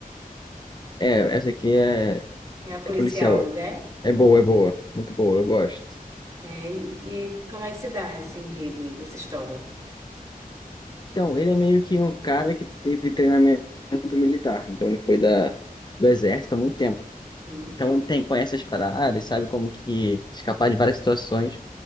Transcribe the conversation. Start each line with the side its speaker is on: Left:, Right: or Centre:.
Left: É, essa aqui é,
Right: É a policial,
Left: é policial.
Right: né?
Left: É boa, é boa. Muito boa, eu gosto.
Right: É, e, e como é que se dá esse enredo aí dessa história?
Left: Então, ele é meio que um cara que teve treinamento militar. Então, ele foi da, do exército há muito tempo.
Right: Hum,
Left: Então, tem, conhece as paradas, sabe como que escapar de várias situações.